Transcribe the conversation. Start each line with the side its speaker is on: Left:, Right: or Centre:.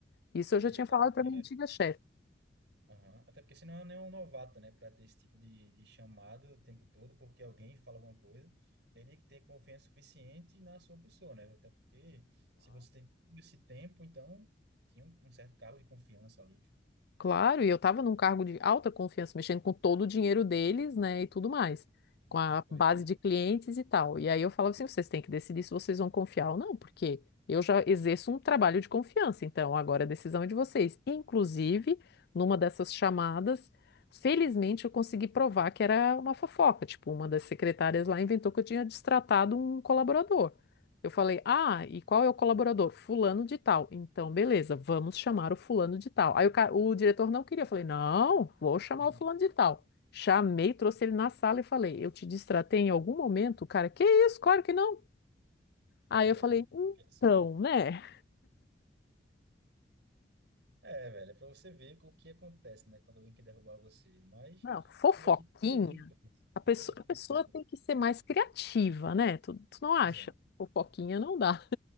Left: Isso eu já
Right: e
Left: tinha
Right: até
Left: falado
Right: porque,
Left: para minha antiga chefe.
Right: aham, Até porque senão eu nem é um novato, né? Para ter esse tipo de, de chamado o tempo todo, porque alguém fala alguma coisa, teria que ter confiança suficiente na sua pessoa, né? Até porque se você tem todo esse tempo, então tinha um, um certo cargo de confiança ali.
Left: Claro, e eu estava num cargo de alta confiança, mexendo com todo o dinheiro deles, né, e tudo mais, com
Right: Gente,
Left: a
Right: Pois
Left: base
Right: é.
Left: de clientes e tal. E aí eu falava assim, vocês têm que decidir se vocês vão confiar ou não, porque eu já exerço um trabalho de confiança, então agora a decisão é de vocês. Inclusive, numa dessas chamadas, felizmente eu consegui provar que era uma fofoca, tipo, uma das secretárias lá inventou que eu tinha destratado um colaborador. Eu falei, ah, e qual é o colaborador? Fulano de tal. Então, beleza, vamos chamar o fulano de tal. Aí o, ca- o diretor não queria. Eu falei, não, vou chamar
Right: <laughs>
Left: o fulano de tal. Chamei, trouxe ele na sala e falei, eu te distratei em algum momento? O cara, que isso? Claro que não.
Right: Tá
Left: Aí
Right: vendo
Left: eu falei,
Right: aí?
Left: então,
Right: Assim.
Left: né?
Right: É, velho, é pra você ver o que acontece, né, quando alguém quer derrubar você. Mas
Left: Não, fofoquinha.
Right: pior que toda empresa,
Left: A pessoa,
Right: toda empresa
Left: a pessoa
Right: vai acontecer.
Left: tem que ser mais criativa, né? Tu, tu não acha?
Right: Pois é.
Left: Fofoquinha não dá. <laughs>